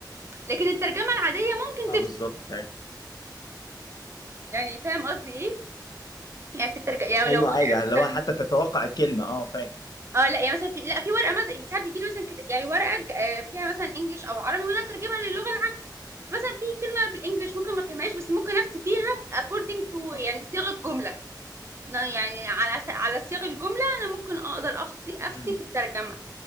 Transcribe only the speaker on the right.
لكن الترجمه العاديه ممكن
تفتي
يعني فاهم قصدي ايه يعني في الترجمه يعني
لو ورقه
اه لا يعني مثلا في لا في ورقه مثلا ساعات بيجي لي مثلا كت... يعني ورقه ج- آه، فيها مثلا انجلش او عربي وانا اترجمها للغه العكس مثلا في كلمه بالانجلش ممكن ما افهمهاش بس ممكن افتي فيها according to
يعني صيغه جمله ن- يعني على س- على صيغ الجملة أنا ممكن أقدر أفتي أفتي
في الترجمة